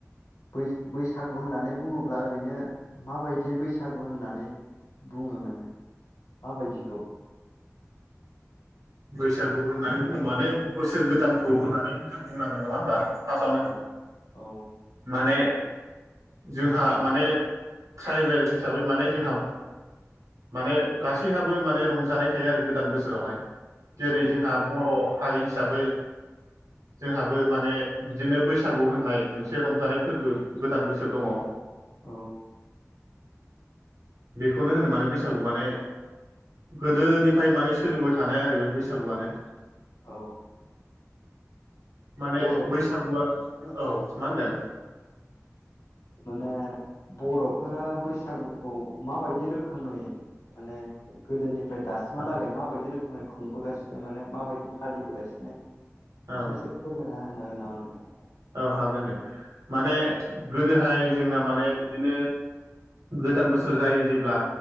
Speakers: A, on the left; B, on the right.
A: बै-बैसागु होननानै बुङोब्ला ओरैनो माबायदियै बैसागु होननानै बुङो माने माबायदिखौ <unintelligible>
B: बैसागु होननानै बुङो माने बोसोर गोदानखौ होननानै जों बुंनांगोन । नङा होमबा? फासावनो।
A: औ औ
B: माने जोंहा माने ट्राइबेल हिसाबै माने जोंहा माने गासैहाबो माने रंजानाय थायो आरो गोदान बोसोरावहाय। जेरै
A: औ
B: जोंहा बर' हारि हिसाबै जोंहाबो माने बिदिनो बैसागु होननाय मो नसे रंजानाय फोरबो गोदान बोसोर दङ।
A: औ।
B: बेखौनो होनो माने बैसागु माने गोदोनिफ्राय माने सोलिबाय थानाय आरो बे बैसागुआनो।
A: औ
B: माने
A: बर'
B: बैसागुआ औ। मा होनदों
A: माने बर'फोरा बैसागुखौ माबायदि रोखोमै माने गोदोनि ओमफ्राय दामहालागै
B: औ
A: माबायदि रोखोम खुंबोगासिनो माने माबायदि फालिबोगासिनो बेखौ
B: औ
A: एसे फोरमायना होनो हागोन नामा नोंथां
B: औ हागोन दे माने गोदोहाय जोंना माने बिदिनो गोदान बोसोर जायो जेब्ला